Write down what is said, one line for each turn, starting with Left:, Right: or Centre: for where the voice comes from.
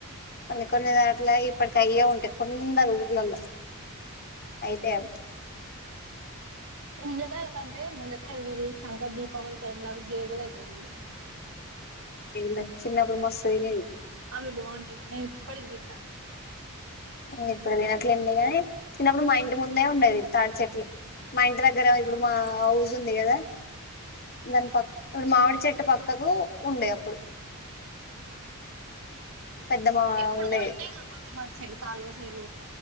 Left: కొన్ని కొన్ని దాట్లో ఇప్పటికి అయ్యే ఉంటాయి కొందరు ఊర్లలో అయితాయి అవి
Right: ముంజకాయల కంటే ముంజకాయ <unintelligible> దీపావళి టైమ్ లో అవి గేగల అయితాయి జూడు
Left: నేన్ చిన్నప్పుడు మస్త్ తినేది
Right: అవి బాంటయి నేను ఇప్పటికి దింటా
Left: నేను ఇప్పుడు తినట్లేదు లే గాని చిన్నప్పుడు మా ఇంటి ముందే ఉండ అది థాటి చెట్లు మా ఇంటి దగ్గర ఇప్పుడు మా ఔస్ ఉంది గదా దాని ప ఇవ్వుడు మామిడి చెట్టు పక్కకు ఉండే అప్పుడు పెద్ద మా
Right: ఇప్పుడు
Left: ఉండేది
Right: గూడా ఉన్నాయి గా కొంచెం అటు సైడ్ కాల్వ సైడు